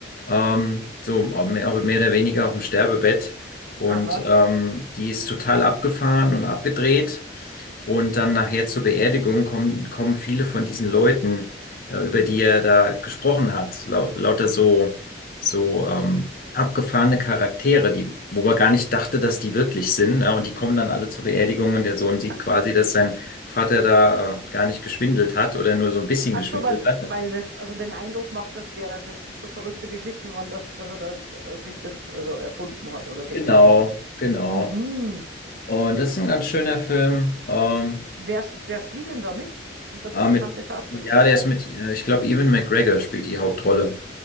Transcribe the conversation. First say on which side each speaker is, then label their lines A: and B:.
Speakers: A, on the left; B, on the right.
A: ähm, so auch mehr, auch mehr oder weniger auf dem Sterbebett. Und
B: Aha.
A: ähm, die ist total abgefahren und abgedreht. Und dann nachher zur Beerdigung kommen, kommen viele von diesen Leuten, äh, über die er da gesprochen hat. Lau lauter so, so ähm, abgefahrene Charaktere, die, wo man gar nicht dachte, dass die wirklich sind. Ne? Und die kommen dann alle zur Beerdigung und der Sohn sieht
B: Ach,
A: quasi,
B: s-
A: dass sein Vater da äh, gar nicht geschwindelt hat oder nur so ein bisschen
B: ach
A: geschwindelt
B: so, weil,
A: hat. Ne?
B: weil das also den Eindruck macht, dass der, dass das so verrückte Geschichten waren, dass, dass er da äh, sich das also erfunden hat oder gesponnen
A: Genau,
B: hat.
A: genau.
B: Mhm.
A: Und das ist ein ganz schöner Film. Ähm,
B: Wer, sch- wer spielt denn da mit? Sind da
A: äh,
B: bekannte
A: mit,
B: Schauspieler
A: ja,
B: dabei?
A: der ist mit, äh, ich glaube, Ewan McGregor spielt die Hauptrolle.